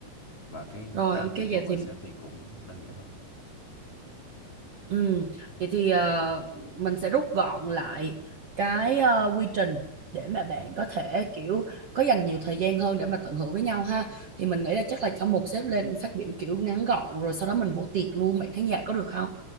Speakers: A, on the left; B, on the right.
A: và cái
B: Rồi
A: cái
B: ok
A: việc mà
B: vậy
A: mời
B: thì
A: sếp thì cũng đơn giản hơn
B: Ừ, vậy thì ờ, mình sẽ rút gọn lại cái ờ, quy trình để mà bạn
A: ừ
B: có thể kiểu có dành nhiều thời gian hơn để mà tận hưởng với nhau ha. Thì mình nghĩ là chắc là cho một sếp lên phát biểu kiểu ngắn gọn rồi sau đó mình vô tiệc luôn bạn khán giả có được không?